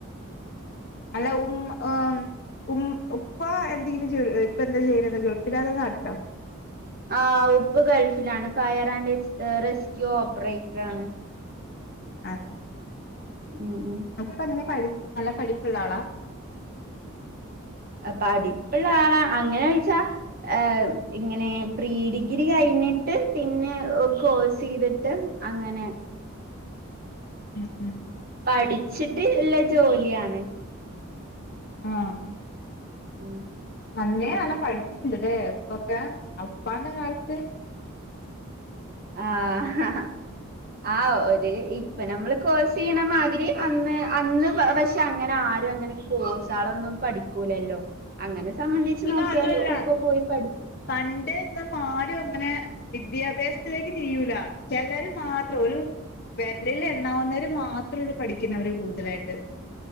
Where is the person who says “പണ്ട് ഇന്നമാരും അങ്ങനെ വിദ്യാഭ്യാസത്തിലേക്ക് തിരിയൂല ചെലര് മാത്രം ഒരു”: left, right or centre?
Left